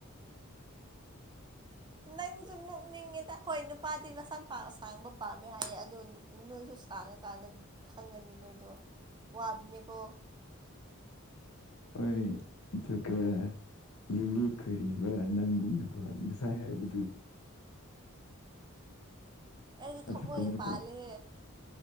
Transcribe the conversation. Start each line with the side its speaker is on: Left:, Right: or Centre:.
Left: <inaudible>
Right: ꯅꯪꯁꯨ ꯅꯣꯛꯅꯤꯡꯉꯦꯗ ꯍꯣꯏ ꯅꯨꯄꯥꯗꯤ ꯃꯁꯥ ꯁꯥꯡꯕ ꯄꯥꯝꯃꯦ ꯍꯥꯏꯌꯦ ꯑꯗꯨ ꯅꯣꯏꯁꯨ ꯁꯥꯡꯉꯀꯥꯟꯗ ꯈꯪꯒꯅꯤ ꯅꯣꯏꯗꯣ ꯋꯥꯕꯅꯦꯀꯣ
Left: ꯑꯩꯣꯏ ꯊ ꯀ ꯂꯤꯂꯤ ꯈꯣꯏꯔꯤꯕ ꯅꯪꯒꯨꯝꯅꯀꯣ ꯉꯁꯥꯏ ꯍꯥꯏꯕꯗꯨ
Right: ꯑꯩꯗꯤ
Left: ꯑꯗꯨꯒꯨꯝꯕ
Right: ꯊꯃꯣꯏꯁꯦ ꯄꯥꯜꯂꯦ